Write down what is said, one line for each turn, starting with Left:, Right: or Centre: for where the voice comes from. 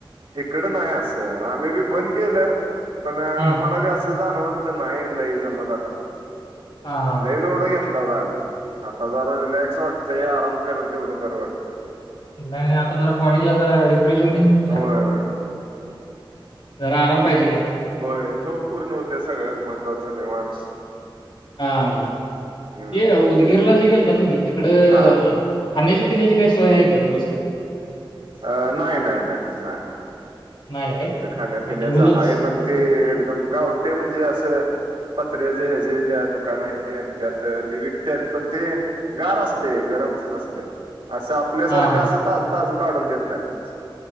Right: हिकडं नाही असं, आम्ही बी बंद केलं. पण आमाला
Left: हं.
Right: बी असं <unintelligible> नाही लई जमत आता
Left: हां, हां, हां.
Right: लई लोड घेत् <unintelligible> आमी, आता जरा रिलॅक्स वाटतय, आराम करल तेवढ बरं वाटतय.
Left: नाई नई आता जरा बॉडीला जरा री फ्रेश होऊदे की तुमच्या,
Right: होय होय
Left: जरा आराम पाहिजे की आता
Right: होय झोप पूर्ण हुत्या सगळ्यात महत्त्वाच निवांत
Left: हा हा.
Right: हम्म
Left: ते उदगीरला जे गेल ला तुम्ही तिकड
Right: हा
Left: खाण्याची पिण्याची काय सोय हाय काय व्यवस्थित?
Right: अ नाई नाई नाई, नाय.
Left: नाही काय?
Right: तिथं खाण्यापिण्याच
Left: म्हणजे घेऊनच
Right: हाय पण ते एक दम गावटी म्हणजे असं पत्र्याच हेजे त्या दुकान हायती, आणि त्यात ते विकत्यात पण ते गार असतय, गरम नसतय. असं आपल्यासारखं
Left: हां, हां,
Right: असं
Left: हां.
Right: ताज ताज काढून देत नाईत.